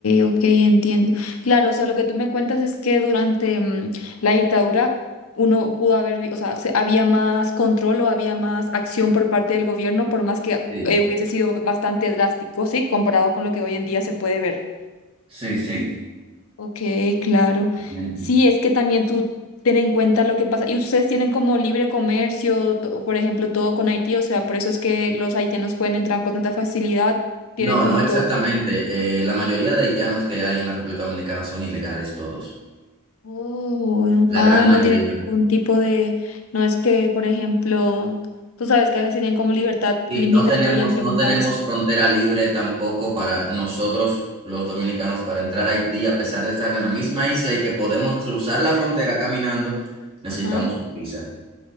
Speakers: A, on the left; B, on the right.
A: ok, entiendo. Claro, o sea, lo que tú me cuentas es que durante mm, la dictadura uno pudo haber, vi- o sea, se- había más control o había más acción por parte del gobierno, por más que
B: Sí,
A: eh, hubiese sido bastante drástico, sí, comparado con lo que hoy en día se puede ver.
B: sí, sí,
A: Ok, claro.
B: realmente.
A: Sí, es que también tú ten en cuenta lo que pasa. Y ustedes tienen como libre comercio, to- por ejemplo, todo con Haití, o sea, por eso es que los haitianos pueden entrar con tanta facilidad, tienen
B: No,
A: como
B: no exactamente.
A: todos sus...
B: Eh, la mayoría de haitianos que hay en la República Dominicana son ilegales todos,
A: Oh,
B: la
A: ah,
B: gran mayoría.
A: no tienen ningún tipo de... No es que, por ejemplo, tú sabes que a veces tienen como libertad li-
B: Sí,
A: migratoria
B: no tenemos,
A: entre
B: no
A: un
B: tenemos
A: país.
B: frontera libre tampoco para nosotros, los dominicanos, para entrar a Haití, a pesar de estar en la misma isla y que podemos cruzar la frontera caminando, necesitamos
A: Ajá.
B: una visa.